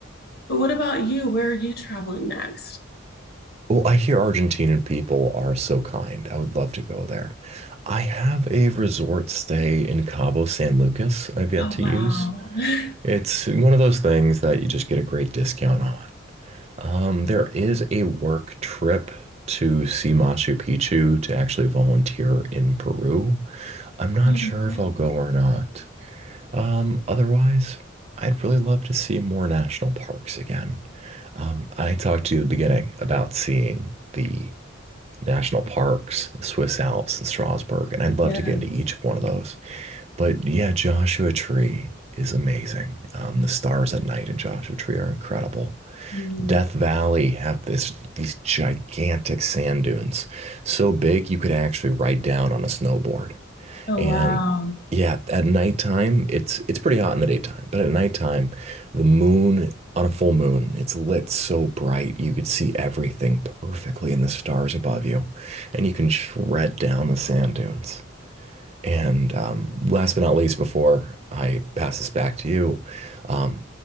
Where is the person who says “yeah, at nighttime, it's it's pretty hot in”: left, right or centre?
Right